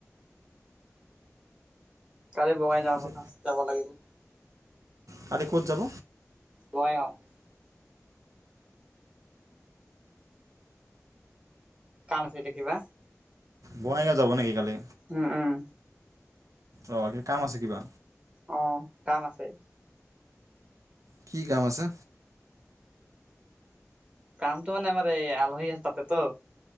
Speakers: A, on the right (about 20°); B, on the right (about 80°).
A: কালি বগাই যাাৰ
B: পিছে
A: কথা যাব লাগিব।
B: কালি ক'ত যাব।
A: <unintelligible> কাম আছিলিল কিবা।
B: বঙাইগাঁও যাব নেকি কালি।
A: উম, উম,
B: অ, কি কাম আছে কিবা।
A: অ, কাম আছে।
B: কি কাম আছে।
A: কামটো মানে আমাৰ এই আলহী আছে তাতেতো।